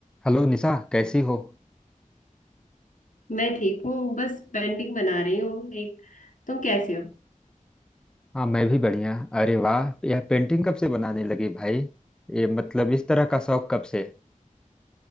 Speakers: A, in the centre; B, on the left.
A: Hello Nisha कैसी हो
B: मैं ठीक हूँ बस पेंटिंग बना रही हूँ एक तुम कैसे हो
A: हाँ मैं भी बढ़िया अरे वाह यह पेंटिंग कब से बनाने लगी भाई ये मतलब इस तरह का शौक कब से